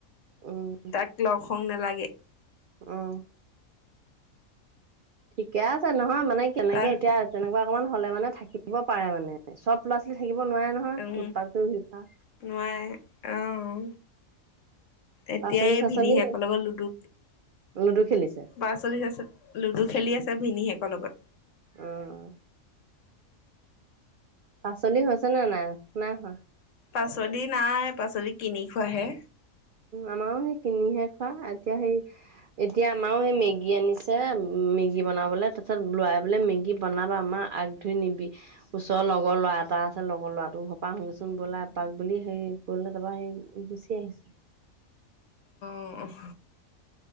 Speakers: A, on the right (about 85°); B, on the left (about 65°).
A: উম
B: তাক লগ সং নালাগে।
A: অ'। ঠিকে আছে নহয় মানে কেনেকে
B: তাক
A: এতিয়া তেনেকুৱা অকমান হলে মানে থাকিব পাৰে মানে। চব ল'ৰা ছোৱালী থাকিব নোৱাৰে নহয়
B: উম
A: উৎপাত কৰি ঘূৰি ফুৰা।
B: নোৱাৰে অ'। এতিয়াই
A: পাচলি চাচলি
B: ভিনিহিয়েকৰ লগত লুডু
A: লুডু খেলিছে
B: পাচলি চাচলি লুডু খেলি আছে ভিনীহেকৰ লগত।
A: অ'। পাচলি হৈছে নে নাই নাই হোৱা?
B: পাচলি নাই পাচলি কিনি খোৱাহে।
A: আমাৰও সেই কিনিহে খোৱা এতিয়া সেই এতিয়া আমাৰও সেই মেগী আনিছে। মেগী বনাবলৈ তাৰপিছত লৰাই বোলে মেগী বনাবা মা আগধৰি মেগি ওচৰৰ লগৰ ল'ৰা এটা আছে লগৰ ল'ৰাটো ঘৰৰপৰা আহোচোন বোল এপাক বুলি হেৰি তাৰ পৰা সেই গুচি আহিছো।
B: অ',